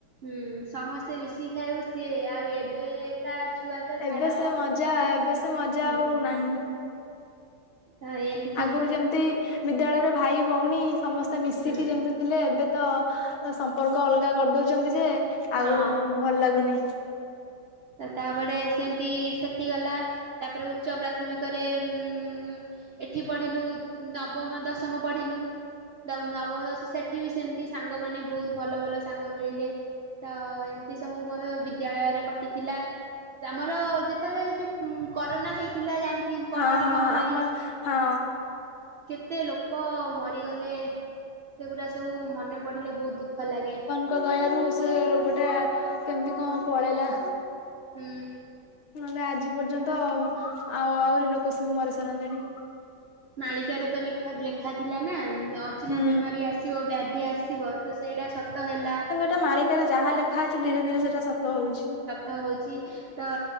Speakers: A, on the right (about 65°); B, on the left (about 85°).
A: ହୁଁ ସମସ୍ତେ ମିଶିକି ଖାଇବୁ। ସିଏ ଆଉ ଏବେ ତା ଛୁଆଁ ତ ଛାଡ।
B: ଏବେ ସେ ମଜା ଏବେ ସେ ମଜା
A: ହୁଁ।
B: ଆଉ ନାହିଁ।
A: ଧାଇନି
B: ଆଗରୁ ଯେମିତି ବିଦ୍ୟାଳୟରେ ଭାଇ ଭଉଣୀ ସମସ୍ତେ ମିଶିକି
A: ହୁଁ
B: ଯେମିତି ଥିଲେ ଏବେ ତ ସମ୍ପର୍କ ଅଲଗା କରିଦଉଛନ୍ତି ଯେ ଆଉଁ
A: ହଁ
B: ଭଲ ଲାଗୁନି।
A: ତାପରେ ସେମିତି ସେଠି ଗଲା ତାପରେ ଉଚ୍ଚ ପ୍ରାଥମିକରେ। ଉଁ ମଁ ଏଠିଁ ପଢିଲୁ ନବମ ଦଶମ ପଢିଲୁ। ତ ନବମଁ ସେଠିଁ ବି ସେମିତି ସାଙ୍ଗମାନେ ବହୁତ ଭଲ ଭଲ ସାଙ୍ଗ ମିଳିଲେ। ତ ଏମିତି ସବୁ ମୋର ବିଦ୍ୟାଳୟରେ କଥା। ବିତିଥିଲା ଆମର ଯେତେବେଳେ ଯୋଉଁ କରୋନା ହେଇଥିଲା। ଜାଣିଥ କି ମଁ କରୋନା
B: ହଁ ହଁ
A: ମହାମାରୀ।
B: ଆମ ହଁ
A: କେତେ ଲୋକ ମରିଗଲେ ସେଗୁଡ଼ା ସବୁ ମନେ ପଡ଼ିଲେ ବହୁତ ଦୁଃଖ ଲାଗେ।
B: ଠାକୁର ଙ୍କ ଦୟାରୁ ସେ ରୋଗଟା କେମିତି କଣ ପଳେଇଲା।
A: ହୁଁ।
B: ନହେଲେ ଆଜି ପର୍ଯ୍ୟନ୍ତ ଆଉ ଆହୁରି ଲୋକ ସବୁ ମରିସାରନ୍ତେଣି।
A: ମାଳିକାରେ ତ ଲେଖାଁ ଲେଖାଥିଲା। ନାଁ ନଅ ଅଚିନ୍ହା
B: ହୁଁ
A: ବେମାରୀ ଆସିବ ବ୍ୟାଧି ଆସିବ ତ ସେଇଟା ସତ ହେଲା।
B: ସେ ମାଳିକାରେ ଯାହା ଲେଖା ଅଛି ଧୀରେ ଧୀରେ ସେଟା ସତ ହଉଛି।
A: ସତ ହେଉଛି। ତ